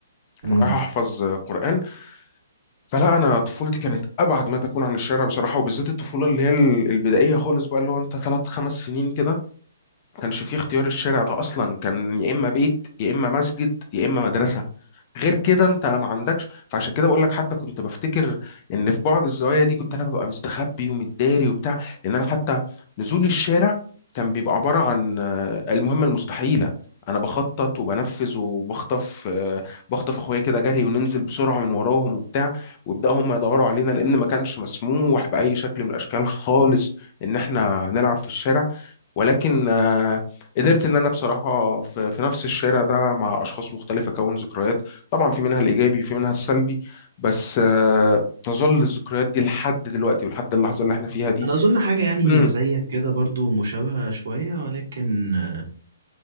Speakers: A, on the right; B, on the left.
A: امم
B: ورايح احفظ قرآن فلا انا طفولتي كانت ابعد ما تكون عن الشارع بصراحه وبالذات الطفوله اللي هي ال- البدائيه خالص بقى اللي هو انت ثلاث خمس سنين كده كانش فيه اختيار الشارع ده اصلا كان يا اما بيت يا اما مسجد يا اما مدرسه غير كده انت ما عندكش فعشان كده بقول لك حتى كنت بفتكر ان في بعض الزوايا دي كنت انا ببقى مستخبي ومتداري وبتاع لان انا حتى نزول الشارع كان بيبقى عباره عن آه، المهمه المستحيله انا بخطط وبنفذ وبخطف آه، بخطف اخويا كده جري وننزل بسرعه من وراهم وبتاع ويبداوا هم يدوروا علينا لان ما كانش مسموح باي شكل من الاشكال خالص ان احنا نلعب في الشارع ولكن آه، قدرت ان انا بصراحه في في نفس الشارع ده مع اشخاص مختلفه اكون ذكريات طبعا في منها الايجابي في منها السلبي بس آه، تظل الذكريات دي لحد دلوقتي ولحد اللحظه اللي احنا فيها دي
A: انا اظن حاجة يعني
B: مم،
A: زيك كده برضو مشابهة شوية ولكن آه،